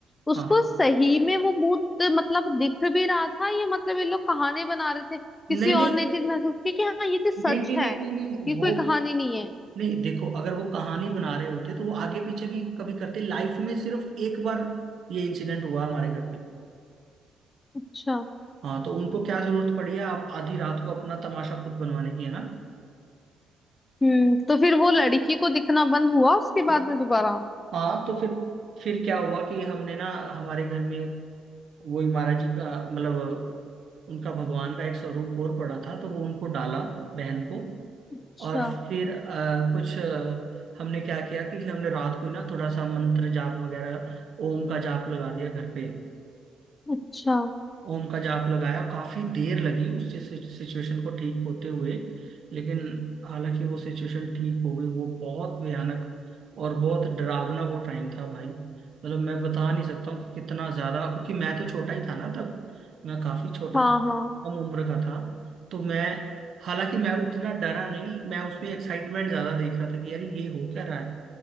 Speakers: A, on the left (about 25°); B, on the right (about 60°).
A: उसको
B: हाँ
A: सही में वो भूत मतलब दिख भी रहा था ये मतलब ये लोग कहानी बना रहे थे किसी
B: नहीं
A: और
B: नहीं
A: ने चीज महसूस की कि हाँ ये चीज सच
B: नहीं नहीं
A: है
B: नहीं नहीं नहीं,
A: ये
B: वो
A: कोई कहानी नहीं है
B: नहीं देखो अगर वो कहानी बना रहे होते तो वो आगे पीछे भी कभी करते लाइफ में सिर्फ एक बार ये इंसिडेंट हुआ हमारे घर पे
A: अच्छा
B: हाँ तो उनको क्या जरूरत पड़ी है आप आधी रात को अपना तमाशा खुद बनवाने की है ना
A: हम्म तो फिर वो लड़की को दिखना बंद हुआ उसके
B: तो
A: बाद में दोबारा
B: हाँ तो फिर फिर क्या हुआ कि हमने ना हमारे घर में वही महाराज जी का मतलब उनका भगवान का एक स्वरूप और पड़ा था तो वो उनको डाला बहन को
A: अच्छा
B: और फिर अ, कुछ अ, हमने क्या किया कि फिर हमने रात को ही ना थोड़ा सा मंत्र जाप वगैरह ओम का जाप लगा दिया घर पे
A: अच्छा
B: ओम का जाप लगाया काफी देर लगी उस सिचुएशन को ठीक होते हुए लेकिन हालांकि वो सिचुएशन ठीक हो गई वो बहुत भयानक और बहुत डरावना वो टाइम था भाई मतलब मैं बता नहीं सकता हूँ कि कितना ज्यादा क्योंकि मैं तो छोटा ही था ना तब मैं काफी छोटा
A: हाँ
B: था
A: हाँ
B: कम उम्र का था तो मैं हालांकि मैं उतना डरा नहीं मैं उसमें एक्साइटमेंट ज्यादा देख रहा था कि यार ये हो क्या रहा है